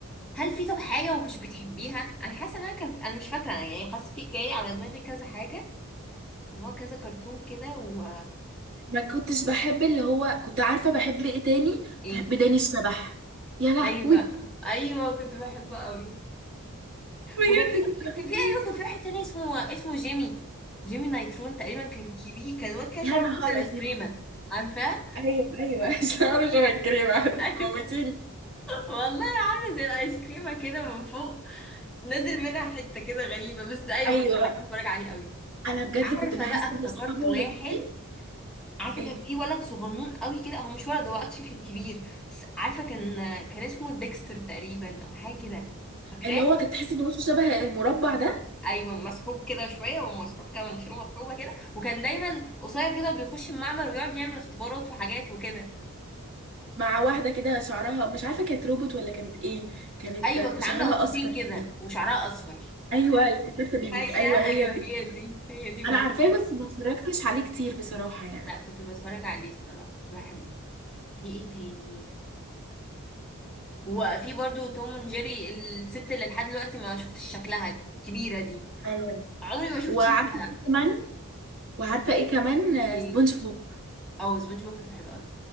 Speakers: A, in the centre; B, on the right.
A: هل في طب حاجه ما كنتش بتحبيها انا حاسه ان انا كان انا مش فاكره انا يعني حاسه في جاي على دماغي كذا حاجه ان هو كذا كرتون كده و
B: ما كنتش بحب اللي هو كنت عارفة بحب ايه تاني كنت
A: ايه
B: بحب داني الشبح يا لهوي
A: ايوه ايوه كنت بحبه قوي
B: بجد
A: وكان في
B: كنت
A: كان
B: بعمل
A: في ايوه
B: ايه
A: كان في واحد تاني اسمه اسمه جيمي جيمي نايترون تقريبا كان كبير كان واد كده
B: يا
A: شعره
B: نهار
A: عامل زي الايس
B: ابيض
A: كريمه عارفاه
B: ايوه ايوه <laughs> شعره شبه الكريمة هتموتيني
A: <laughs> ايوه
B: <laughs>
A: والله عامله زي الايس كريمه كده من فوق نازل منها حته كده غريبه بس ايوه
B: ايوه
A: كنت بحب اتفرج عليه قوي
B: انا بجد كنت
A: عارفه
B: بحس
A: بقى افتكرت
B: ان اصحابه
A: واحد
B: الاثنين
A: عارفه
B: ايه
A: كان في ولد صغنون قوي كده هو مش ولد هو اكشلي كان كبير بس عارفه كان كان اسمه ديكستر تقريبا او حاجه كده فاكراه
B: اللي هو كنت تحس ان وشه شبه المربع ده
A: ايوه مسحوب كده شويه ومسحوب كده مناخيره مسحوبه كده وكان دايما قصير كده وبيخش المعمل ويقعد يعمل اختبارات وحاجات وكده
B: مع واحده كده شعرها مش عارفه كانت روبوت ولا كانت ايه كانت
A: ايوه كانت
B: شعرها
A: عامله قطتين
B: اصفر
A: كده
B: كده
A: وشعرها اصفر
B: ايوه اللي كانت لابسه بينك
A: هي
B: ايوه
A: ايوه
B: هي دي
A: هي دي هي دي برضه
B: انا عارفاه
A: كده
B: بس ما اتفرجتش عليه كتير بصراحه يعني
A: لا كنت بتفرج عليه الصراحه كنت بحبه في ايه تاني وفي برضو توم اند جيري الست اللي لحد دلوقتي ما شفتش شكلها كبيرة دي
B: ايوه
A: عمري ما شفت
B: وعارفه
A: شكلها
B: ايه كمان وعارفه ايه كمان آه،
A: ايه
B: سبونج بوب
A: اه سبونج بوب كنت بحبه قوي